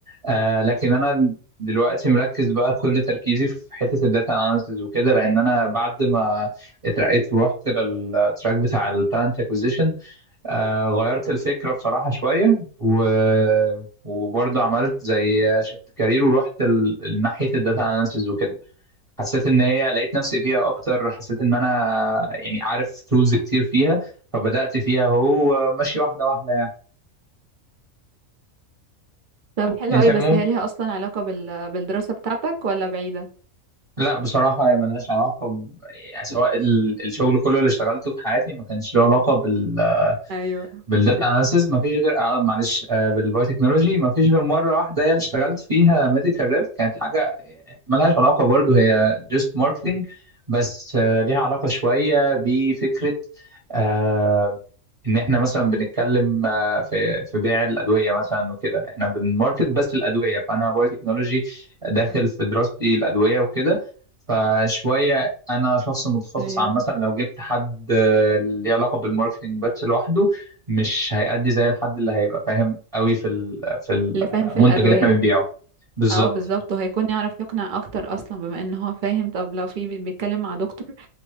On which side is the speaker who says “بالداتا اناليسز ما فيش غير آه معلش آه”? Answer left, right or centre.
Right